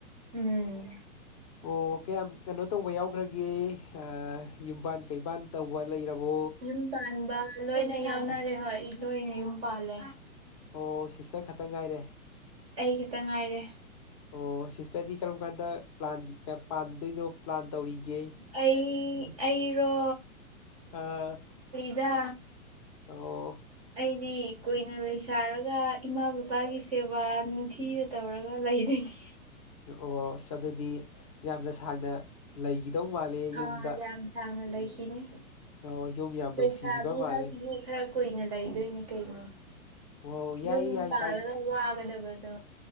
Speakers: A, on the right (about 25°); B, on the left (about 25°).
A: ꯎꯝ
B: ꯑꯣ ꯀꯌꯥꯝ ꯀꯩꯅꯣ ꯇꯧꯕ ꯌꯥꯎꯈ꯭ꯔꯒꯦ ꯑ ꯌꯨꯝꯕꯥꯟ ꯀꯩꯕꯥꯥꯟ ꯇꯧꯕ ꯂꯩꯔꯕꯣ
A: ꯌꯨꯝ ꯄꯥꯟꯕ ꯂꯣꯏꯅ ꯌꯥꯎꯅꯔꯦ ꯍꯣꯏ ꯏꯅꯣꯏꯅ ꯌꯨꯝ ꯄꯥꯜꯂꯦ꯫
B: ꯑꯣ ꯁꯤꯁꯇꯔ ꯈꯛꯇꯪ ꯉꯥꯏꯔꯦ꯫
A: ꯑꯩ ꯈꯇ ꯉꯥꯏꯔꯦ꯫
B: ꯑꯣ ꯁꯤꯁꯇꯔꯗꯤ ꯀꯔꯝ ꯀꯥꯟꯗ ꯄ꯭ꯂꯥꯟꯒꯤ ꯑ-ꯄꯥꯟꯗꯣꯏꯅꯣ ꯄ꯭ꯂꯥꯟ ꯇꯧꯔꯤꯒꯦ
A: ꯑꯩ ꯑꯩꯔꯣ
B: ꯑꯥ
A: ꯗꯥ
B: ꯑꯣ
A: ꯑꯩꯗꯤ ꯀꯨꯏꯅ ꯂꯩꯁꯔꯒ ꯏꯃꯥ ꯕꯕꯥꯒꯤ ꯁꯦꯕꯥ ꯅꯤꯡꯊꯤ ꯊꯤꯅ ꯇꯧꯔꯒ ꯂꯩꯗꯣꯏꯅꯤ꯫
B: ꯑꯣꯁ ꯑꯗꯨꯗꯤ ꯌꯥꯝꯅ ꯁꯥꯡꯅ ꯂꯩꯒꯤꯕ ꯗꯧ ꯃꯥꯜꯂꯦ
A: ꯑꯥ
B: ꯌꯨꯝꯗ꯫
A: ꯌꯥꯝ ꯁꯥꯡꯅ ꯂꯩꯈꯤꯅꯤ
B: ꯑꯣ ꯌꯨꯝ ꯌꯥꯝ
A: ꯂꯩꯁꯥꯕꯤ
B: ꯅꯨꯡꯁꯤꯕꯤꯕ ꯃꯥꯜꯂꯦ
A: ꯍꯥꯏꯁꯤꯗꯤ ꯈꯔ ꯀꯨꯏꯅ ꯂꯩꯗꯣꯏꯅꯤ ꯀꯩꯅꯣ꯫
B: ꯑꯣ ꯌꯥꯏ
A: ꯌꯨꯝ
B: ꯌꯥꯏ
A: ꯄꯥꯜꯂꯒ
B: ꯀꯥꯏ
A: ꯋꯥꯒꯗꯕꯗꯣ꯫